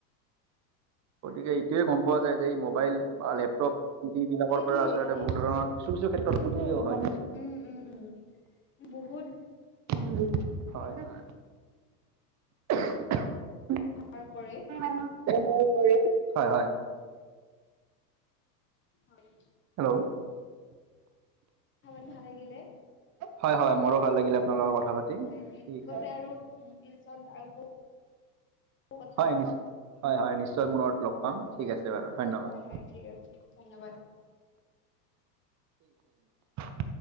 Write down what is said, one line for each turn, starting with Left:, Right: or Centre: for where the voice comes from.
Right: গতিকে এইটোৱে ক'ম পোৱা যায় যে এই মোবাইল বা লেপটপ ইতি বিলাকৰ
Left: সেইটোয়ে
Right: পৰা আচলতে
Left: মানে
Right: বহুত ধৰণৰ কিছু কিছু ক্ষেত্ৰত ক্ষতি হয়
Left: উম উম উম বহুত
Right: উম। হয় হয়। <unintelligible>
Left: ব্যৱহাৰ কৰে।
Right: হয় হয়।
Left: হয়।
Right: হেল্ল'।
Left: কথা পাতি ভাল লাগিলে।
Right: হয় হয় মোৰো ভাল লাগিলে আপোনালোকৰ কথা পাতি।
Left: হয় এনেদৰে
Right: ঠিক আছে
Left: আৰু পিছত আৰু ক কথা
Right: হয়
Left: পাতিম।
Right: নিশ্চয় হয় হয় নিশ্চয় পুনৰ লগ পাম ঠিক আছে বাৰু ধন্যবাদ।
Left: হয় হয় ঠিক আছে ধন্যবাদ।
Right: <unintelligible>